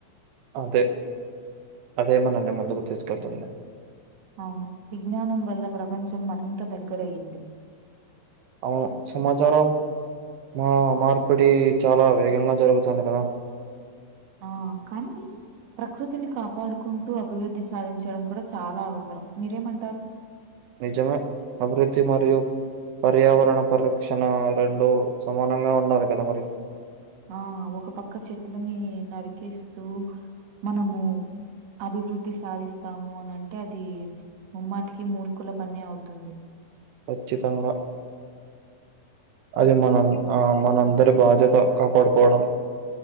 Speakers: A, on the right; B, on the right.
A: అంతె అదే మనల్ని ముందుకు తీసుకెళ్తుంది.
B: అవును విజ్ఞానం వల్ల ప్రపంచం మరింత దగ్గరయ్యింది
A: అవును సమాచారం మా మార్పిడి చాలా వేగంగా జరుగుతుంది గదా
B: ఆ కనీ ప్రకృతిని కాపాడుకుంటూ అభివృద్ధి సాధించడం కూడా చాలా అవసరం, మీరేమంటారు?
A: నిజమే అభివృద్ధి మరియు పర్యావరణ పరిరక్షణ రెండు సమానంగా ఉండాలి కద మరి
B: ఆ ఒక పక్క చెట్లని నరికేస్తూ మనము అభివృద్ధి సాధిస్తాము అని అంటే అదీ ముమ్మాటికి మూర్ఖుల పనే అవుతుంది.
A: ఖచ్చితంగా అది మనం ఆ మనందరి బాధ్యత కాపాడుకోవడం.